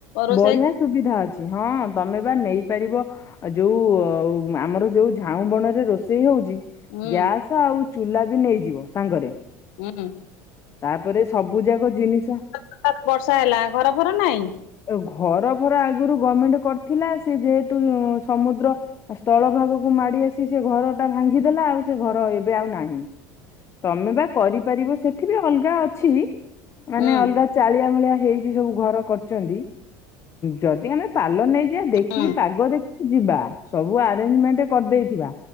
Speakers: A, on the left; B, on the left.
A: ରୋଷେଇ
B: ବଢିଆ ସୁବିଧା ଅଛି, ହଁ ତମେ ବା ନେଇପାରିବ ଆଉ ଯୋଉ ଆମର ଯୋଉ ଝାଉଁ ବଣ ରେ ରୋଷେଇ ହଉଛି
A: ହୁଁ
B: ଗ୍ୟାସ ଆଉ ଚୁଲା ବି ନେଇଯିବ ସାଙ୍ଗରେ।
A: ହୁଁ
B: ତାପରେ ସବୁ ଯାକ ଜିନିଷ
A: ହଠାତ୍ ବର୍ଷା ହେଲା ଘର ଫର ନାଇଁ?
B: ଘର ଫର ଆଗରୁ ଗମେଣ୍ଟ କରିଥିଲା, ସେ ଯେହେତୁ ସମୁଦ୍ର ଆଉ ସ୍ଥଳ ଭାଗକୁ ମାଡି ଆସି ସେ ଘର ଟା ଭାଙ୍ଗିଦେଲା ଆଉ ସେ ଘର ଏବେ ଆଉ ନାହିଁ। ତମେ ବା କରିପାରିବ ସେଠି ବି ଅଲଗା ଅଛି! ମାନେ
A: ହୁଁ
B: ଅଲଗା ଚାଳିଆ ଭଳିଆ ହେଇଛି ସବୁ ଘର କର! ଯଦି ଆମେ ପାଲ ନେଇଯିବା ଦେଖିକି
A: ହୁଁ
B: ପାଗ ଦେଖ ଯିବା ସବୁ ଆରେଞ୍ଜମେଣ୍ଟ କରିଦେଇଥିବା।